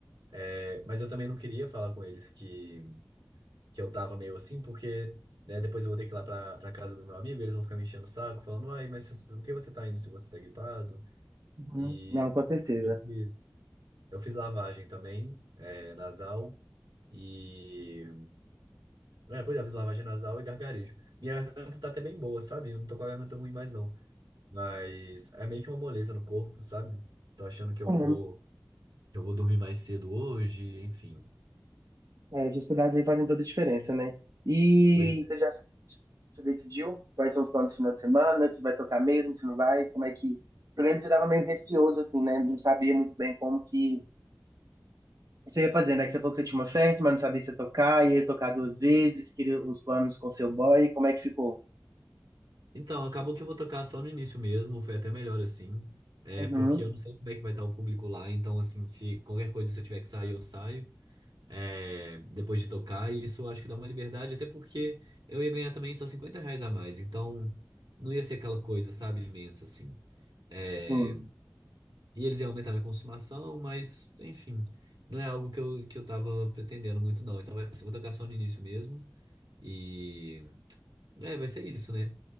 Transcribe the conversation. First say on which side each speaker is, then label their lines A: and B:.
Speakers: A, on the right (about 75°); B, on the right (about 50°).
A: É, mas eu também não queria falar com eles que, que eu tava meio assim, porque. Né? Depois eu vou ter que ir lá pra, pra casa do meu amigo, e eles vão ficar me enchendo o saco, falando, ai, mas você- por que você tá indo se você tá gripado?
B: Uhum.
A: E
B: Não, com certeza.
A: eu fiz, eu fiz lavagem também, é, nasal. E. É, pois é, eu fiz lavagem nasal e gargarejo. Minha garganta tá até bem boa, sabe? Eu não tô com a garganta ruim mais não. Mas é meio que uma moleza no corpo, sabe? Tô achando que eu
B: É,
A: vou, que eu vou dormir mais cedo hoje, enfim.
B: É, os cuidados aí fazem toda a diferença, né? E
A: Pois é.
B: você já você decidiu quais são os planos do final de semana, se vai tocar mesmo, se não vai, como é que... Eu lembro que você tava meio receoso, assim, né? Não sabia muito bem como que você ia fazer, né? Que você falou que você tinha uma festa, mas não sabia se ia tocar, ia tocar duas vezes, queria os planos com seu boy, como é que ficou?
A: Então, acabou que eu vou tocar só no início mesmo, foi até melhor assim. É,
B: Uhum.
A: porque eu não sei como é que vai estar o público lá, então assim, se qualquer coisa se eu tiver que sair, eu saio. é, depois de tocar, e isso eu acho que dá uma liberdade, até porque eu ia ganhar também só 50 reais a mais, então não ia ser aquela coisa, sabe, imensa assim. É,
B: Bom,
A: e eles iam aumentar minha consumação, mas enfim, não é algo que eu, que eu tava pretendendo muito, não. Então vai ser, vou tocar só no início mesmo, e é, vai ser isso, né?